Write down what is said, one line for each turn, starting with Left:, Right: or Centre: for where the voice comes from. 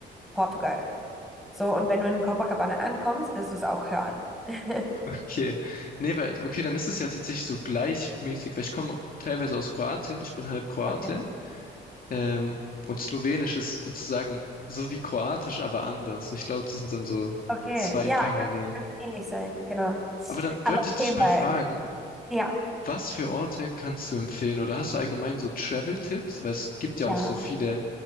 Centre: Portugal. So, und wenn du in Copacabana ankommst, wirst du es auch hören. <laughs>
Left: Okay. Nee, weil, okay, dann ist es ja tatsächlich so gleichmäßig, weil ich komme teilweise aus Kroatien, ich bin halb Kroate.
Centre: Okay.
Left: Ähm, und Slowenisch ist sozusagen so wie Kroatisch, aber anders. Ich glaube, das sind dann so
Centre: Okay,
Left: zwei
Centre: ja,
Left: Parallelen.
Centre: kann, kann ähnlich sein, genau.
Left: Aber dann
Centre: Aber
Left: wollte ich
Centre: erzähl
Left: dich
Centre: mal.
Left: mal fragen,
Centre: Ja,
Left: Was für Orte kannst du empfehlen? Oder hast du allgemein so Travel-Tipps? Weil es gibt ja
Centre: ja,
Left: auch so viele